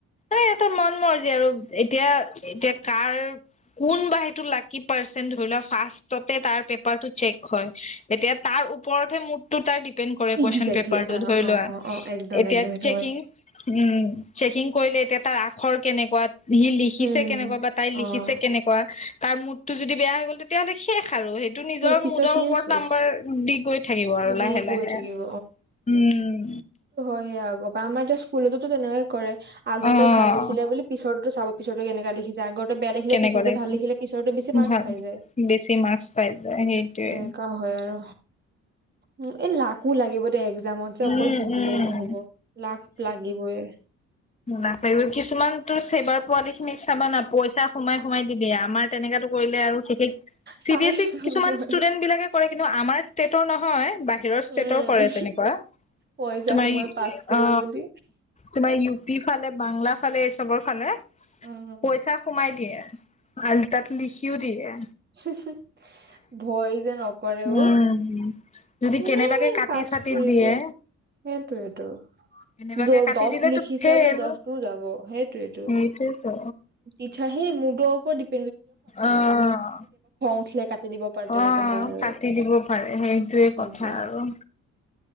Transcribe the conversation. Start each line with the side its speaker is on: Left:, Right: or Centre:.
Left: এই এইটো মন <unintelligible> আজি আৰু এতিয়া আৰু এতিয়া যেট। কাৰ কোনবা সেইটো লাকি পাৰ্চেন্ ধৰি লোৱা ফাৰ্ষ্টততে তাৰ পেপাৰটো চেক হয়, এতিয়া তাৰ ওপৰত হে মুকটো তাৰ দি দিপেন কৰে
Right: একজেক্টলি
Left: কুৱেশ্যন পেপাৰ টো
Right: অ
Left: ধৰি
Right: অ
Left: লোৱা।
Right: অ অ একদম
Left: এতিয়া
Right: একদম সেইটো
Left: চেকিং
Right: হয়
Left: উম। চেকিং কৰিলে এতিয়া তাৰ আখৰ কেনেকুৱা। সি লিখিছে
Right: উম,
Left: কেনেকুৱা বা তাই লিখিছে
Right: অ',
Left: কেনেকুৱা। তাৰ মূৰটো যদি বেয়া হৈ গ'ল তেতিয়াহ'লে শেষ। আৰু সেইটো নিজৰ
Right: সেই পিছৰ
Left: মুদৰ
Right: খিনিও
Left: ওপৰত
Right: চেচ
Left: নাম্বাৰ দি গৈ থাকিব আৰু
Right: দি
Left: লাহে
Right: গৈ
Left: লাহে
Right: থাকিব
Left: উম।
Right: হয়য়া গ বা আমাৰ <unintelligible> তেনেকায়ে। কৰে আগতে
Left: অ।
Right: ভাল লিখিলে বুলি পিছোটো চাব পিছৰ কেনেকা লিখিছে আগতত বেয়া লিখিলে
Left: কেনেকুৱা
Right: পিছতে
Left: লাগিছে
Right: ভাল লিখিলে পিছতে বেছি মাৰ্কস
Left: ভাল
Right: পাই যায়
Left: বেছি মাৰ্কচ পাই যায় সেইটোৱে
Right: তেনেককাা হয় আৰু। উ লাকো লাগিব দে। এক্মামত যে
Left: উম
Right: অকল পৰহিলেই
Left: উম
Right: নহব লাগ লাগিবই।
Left: নাছাৱ কিছুমান তো চেবাৰ পোৱালি খিনিক চাবা না পইচা সোমাই সোমাই দি দিয়ে আমাৰ তেনেকাতো কৰিলে আৰু শেষ
Right: চাইছো
Left: চি বি এছ ই কিছুমান
Right: মই।
Left: ষ্টুডেন্ট বিলাকে কৰে কিন্তু আমাৰ ষ্টেটৰ নহয়। হয় বাহ হেৰছচেট
Right: উম,
Left: কৰে তেনেকোৱা
Right: পইচা
Left: তোমাৰি
Right: সোমোৱাই পাছ কৰিব
Left: অ
Right: বুলি।
Left: তোমাৰ ইও বাংলা ফালে এই চবৰ ফালে।
Right: উম,
Left: পইচা সোমাই দিয়ে। আলটাত লিখিও দিয়ে।
Right: <unintelligible> ভয় যে নকৰেও,
Left: উম, যদি
Right: কোনে
Left: কেনেবাকে কাটি
Right: পাছ
Left: চাটি
Right: কৰিব
Left: দিয়ে
Right: সেইটোৱেটো,
Left: কেনেবাকে
Right: দ
Left: কাটি
Right: দচ
Left: দিলেতো
Right: লিখিছ
Left: ফেইল
Right: সেই বোলে দচটোও যাব, সেইটোৱেটো।
Left: সেইটোৱেতো
Right: এ হে মুডৰ ওপৰত দি
Left: অঁ,
Right: উঠিলে কাটি দিব পাৰে তেনেকা
Left: অঁ,
Right: হয় আৰু
Left: কাটি দিব পাৰে সেইটোৱে
Right: সেইটোৱে
Left: কথা আৰু।